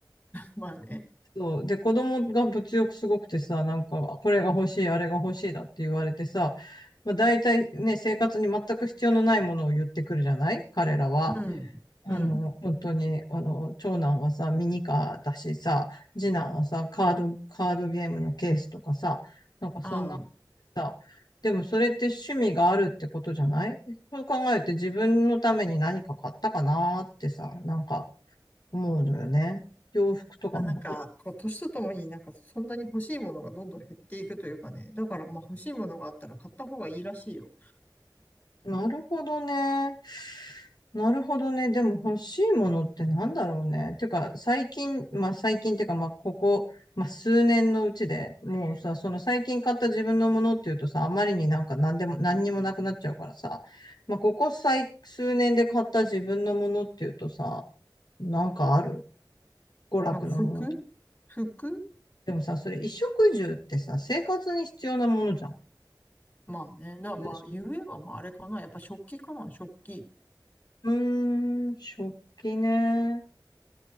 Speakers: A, on the left (about 20°); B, on the left (about 55°).
A: まあね。
B: そう。で、子供が物欲すごくてさ、なんか、これが欲しい、あれが欲しいだって言われてさ、まあ、大体ね、生活に全く必要のないものを言ってくるじゃない彼らは。
A: うん。
B: あの、
A: うん。
B: 本当に、あの、長男はさ、ミニカーだしさ、次男はさ、カード、カードゲームのケースとかさ、なんかそんな
A: ああ。
B: さ、でもそれって趣味があるってことじゃないそう考えて自分のために何か買ったかなーってさ、なんか思うのよね。洋服とかも。
A: あ、なんか、こう、年とともになんか、そんなに欲しいものがどんどん減っていくというかね。だから、まあ、欲しいものがあったら買った方がいいらしいよ。
B: なるほどね。なるほどね。でも欲しいものってなんだろうね。てか、最近、まあ最近ってか、まあここ、まあ数年のうちで、もうさ、その最近買った自分のものっていうとさ、あまりになんか何でも、何にもなくなっちゃうからさ、まあここ最、数年で買った自分のものっていうとさ、なんかある娯楽のものと。
A: まあ、服服
B: でもさ、それ衣食住ってさ、生活に必要なものじゃん。
A: まあね。だからまあ、
B: でしょ
A: ゆえはまあ、あれかな。やっぱ食器かな。食器。
B: うーん、食器ね。